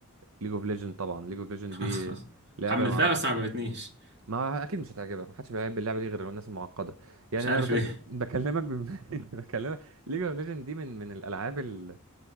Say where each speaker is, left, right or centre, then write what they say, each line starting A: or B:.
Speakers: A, on the right (about 70°); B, on the right (about 50°).
A: ليج اوف ليجند طبعا ليج اوف ليجند
B: <laughs>
A: دي لعبه
B: حملتها
A: ما اعرفش
B: بس ما عجبتنيش
A: ما هو اكيد مش هتعجبك ما حدش بيلعب اللعبه دي غير الناس المعقده يعني
B: مش عارف
A: انا بك...
B: ليه
A: بكلمك بم... <laughs> بكلمك ليج اوف ليجند دي من من الالعاب ال...